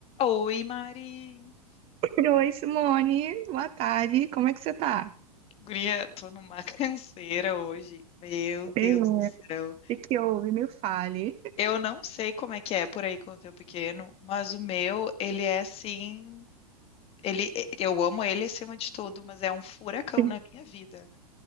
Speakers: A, on the left (about 30°); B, on the right (about 30°).
A: Oi, Mari.
B: Oi, Simone. Boa tarde. Como é que você tá?
A: Guria, tô numa <laughs> canseira hoje. Meu Deus
B: Bem, né?
A: do
B: O
A: céu.
B: que que houve? Me fale.
A: Eu não sei como é que é por aí com o teu pequeno, mas o meu, ele é assim. Ele, eu amo ele acima de tudo, mas é um furacão
B: <laughs>
A: na minha vida.